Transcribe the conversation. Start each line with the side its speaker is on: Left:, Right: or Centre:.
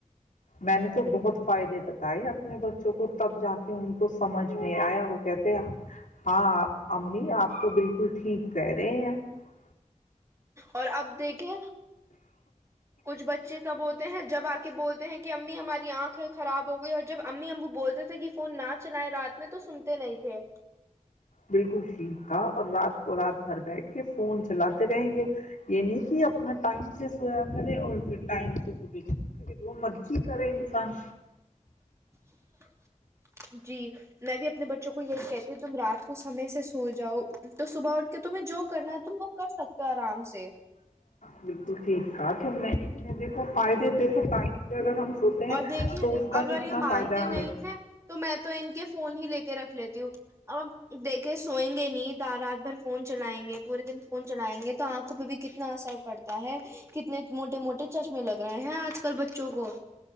Left: میں نے تو بہت فائدے بتائے اپنے بچوں کو تب جا کے ان کو سمجھ میں آیا وہ کہتے ہاںپ امی آپ کو بالکلٹھیک کی کرے آ <unintelligible> <unintelligible>
Right: اور اب دیکھے کچھ بچے تب ہوتے ہیں جب آ بولتے ہیں کہ امی ہماری آنکھیں خراب ہو گئی اور جب امی امبو بولتے تھے کہ فون نہ چلائے رات میں تو سنتے نہیں تھے
Left: بالکل ٹھیک تھا اور رات کو رات بھر بیٹھ کے فون چلاتے رہیں گے یہ نہیں کہ اپنا ٹائم سے سویا کرے اور پھر ٹائم سے صبحے جو مرضی کرے انسان
Right: <inaudible> جی میں بھی اپنے بچوں کو یہی کہتی ہ تم رات کو سمے سے سو جاؤ تو صبح اٹ کے تمہیں جو کرنا ہے تم وہ کر سکتے ہو آرام سے
Left: بالکل ٹھیک کہا تم نے اتنے دیکھو فائدے دی تھ ٹائم پہ اگر ہم سوتے ہیں
Right: اور دیکھیں
Left: تو اس کا
Right: اگر
Left: کتنا
Right: یہ مانتے
Left: فائدہ ہے
Right: نہیں
Left: ہمیں
Right: ہیں تو میں تو ان کے فون ہی لے کے رکھتے لیتی ہوں ابب دیکھے سوئیں گے نہیں رات بھر فون چلائیں گے پورے دن فون چلائیں گے تو آنکھوں پہ بھی کتنا اثر پڑتا ہے کتنے موٹے موٹے چشمے لگ رہے ہیں آج کل بچوں کو